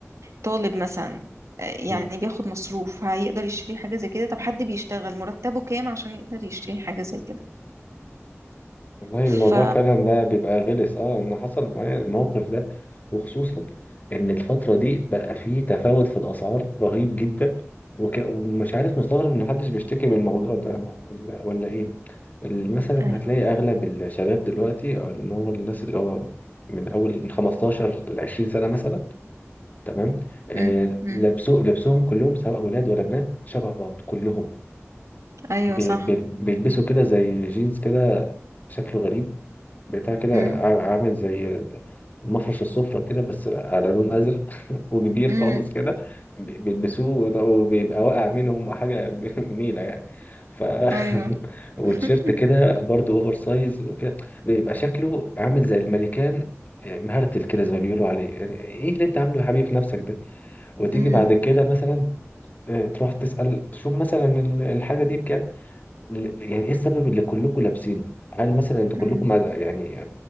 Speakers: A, on the right; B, on the left.
A: طالب مثلا آه، يعني
B: مم.
A: بياخد مصروف هيقدر يشتري حاجة زي كده طب حد بيشتغل مرتبه كام عشان يقدر يشتري حاجة زي كده
B: والله
A: ف
B: الموضوع فعلا ده بيبقى غلس اه انا حصل معايا الموقف ده وخصوصا ان الفترة دي بقى فيه تفاوت في الاسعار رهيب جدا وك... ومش عارف مستغرب ان محدش بيشتكي من الموضوع ده ولا, ولا ايه ال- مثلا
A: ايوه
B: هتلاقي اغلب الشباب دلوقتي او اللي هو الناس اللي هو من اول من 15 ل 20 سنة مثلا تمام آه
A: امم امم
B: لبسو... لبسهم كلهم سواء اولاد ولا بنات شبه بعض كلهم
A: ايوه
B: بي...
A: صح
B: بي- بيلبسوا كده زي جينز كده شكله غريب بتاع كده
A: امم
B: عا- عامل زي المفرش السفرة كده بس على لون أزرق <laughs> وكبير
A: امم
B: خالص كده ب- بيلبسوه ده وبيبقى واقع منهم حاجة <laughs> نيلة يعني ف
A: ايوه
B: <laughs> وتيشيرت
A: <laughs>
B: كده برضه أوفر سايز وكده بيبقى شكله عامل زي الملكان آه، مهرتل كده زي ما بيقولوا عليه يعني ايه اللي انت عامله يا حبيبي في نفسك ده وتيجي
A: امم
B: بعد كده مثلا آه، تروح تسأل تشوف مثلا ال- الحاجة دي بكام ل- يعني ايه السبب اللي كلكم لابسينه هل مثلا انتوا
A: امم
B: كلكم مع- يعني